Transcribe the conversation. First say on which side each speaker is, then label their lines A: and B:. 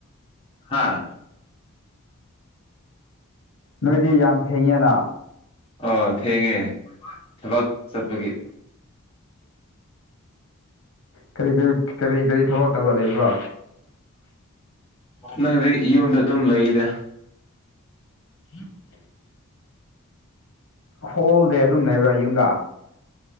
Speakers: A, on the left (about 25°); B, on the left (about 60°).
A: ꯍꯥꯥ
B: ꯅꯣꯏꯗꯤ ꯌꯥꯝ ꯊꯦꯡꯉꯦꯅ
A: ꯑꯣ ꯊꯦꯡꯉꯦ ꯊꯕꯛ ꯆꯠꯄꯒꯤ
B: ꯀꯔꯤ ꯀꯔꯤ ꯀꯔꯤ ꯀꯔꯤ ꯊꯕꯛ ꯇꯧꯔꯒ ꯂꯩꯕ꯭ꯔꯣ
A: ꯅꯪꯗꯤ ꯌꯨꯝꯗ ꯑꯗꯨꯝ ꯂꯩꯗ
B: <inaudible> ꯍꯣꯜꯗꯦ ꯑꯗꯨꯝ ꯂꯩꯕ꯭ꯔꯥ ꯌꯨꯝꯗ